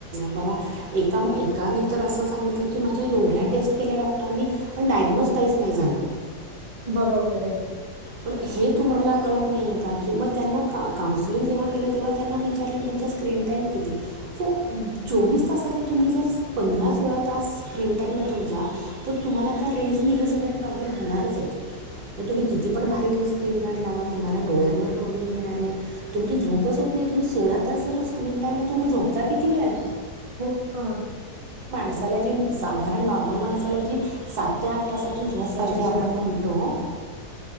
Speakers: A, on the right (about 75°); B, on the right (about 40°).
A: बाबा एकाम का तर असं सांगितलं की माझ्या एवढ्या टेस्ट केल्या डॉक्टरांनी पण डायग्नोस्तााईस नाही झालं
B: बरोबर आहे
A: पण हे तुम्हाला कळत नाहीय का की मग त्यांना का काउन्सलिंग जेव्हा केलं तेव्हा त्यांना विचारलं की तुमचा स्क्रीन टाईम किती सो चोवीस तासातलं तुम्ही जर पंधरा सोळा तास स्क्रीन टाईम आहे तुमचा तर तुम्हाला त्या रेजनी हे सगळे प्रॉब्लेम होणारच आहेत तुम्ही किती पण भारीितलं स्क्रीन गार्ड लावा तुम्हाला डोळ्यांवर प्रॉब्लेम येणार आहे तुमची झोपच तुमही सोळा तास ज स्क्रीन टाईम आहे तुम्ही झोपता किती वेळ
B: हो ना
A: माणला जी साधारण नॉर्मल माणसाला जी सात ते आठ तासाची झोप
B: सचे
A: पाहिजे
B: झोप
A: आपण म्हणतो